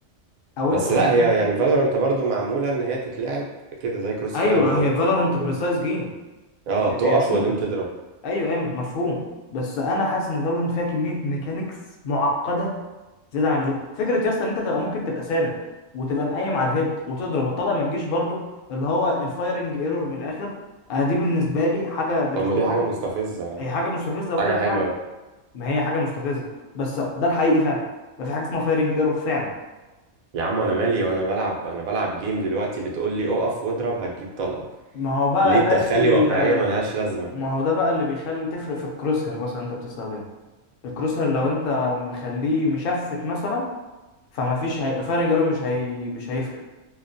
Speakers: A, on the left; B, on the right.
A: او
B: بس
A: انت ممكن
B: لا هي يعني فالورانت برضو معموله ان هي تتلعب كده زي كروس
A: ايوه
B: فاير زي
A: هي فالورانت
B: سي اس
A: بريسايز
B: جو
A: جيم
B: اه
A: هي
B: تقف
A: هي شوتر
B: وبعدين تضرب
A: ايوه ايوه مفهوم بس انا حاسس ان فالورنت فيها كميه ميكانيكس معقده زياده عن اللزوم فكره يا اسطى ان انت تبقى ممكن تبقى ثابت وتبقى مقيم على الهيد وتضرب الطلقه ما تجيش برضو اللي هو الفايرنج ايرور من الاخر آه، دي بالنسبه لي حاجه بتخنقني
B: طب ما دي حاجه مستفزه يعني
A: هي حاجه مستفزه وكل
B: حاجه حلوه
A: حاجه
B: لا
A: ما هي حاجه مستفزه بس ده الحقيقي فعلا ما في حاجه اسمها فايرنج ايرور فعلا
B: يا عم انا مالي وانا بلعب انا بلعب جيم دلوقتي بتقول لي اقف واضرب هتجيب طلقه
A: ما هو بقى
B: ليه تدخلي
A: ده ال-
B: واقعيه ملهاش لازمه
A: ما هو ده بقى اللي بيخلي تفرق في الكروس هير مثلا انت بتستخدمه الكروس هير لو انت مخليه مشفت مثلا فما فيش هي... الفايرنج ايرور مش هي... مش هيفرق